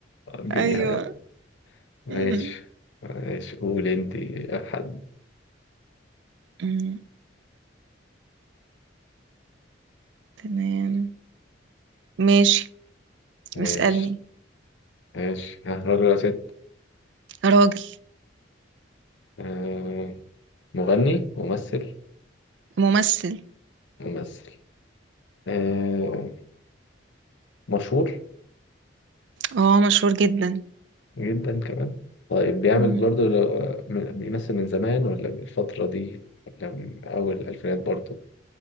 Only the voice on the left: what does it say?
هتجيبيها
يعني ماشي
ماشي قول أنت يا حد
ماشي
ماشي ها راجل ولا ست
آه، مغني ممثل
ممثل آه، مشهور
جدا كمان طيب بيعمل
برضو من- بيمثل من زمان ولا من الفترة دي ولا من أول الألفينات برضو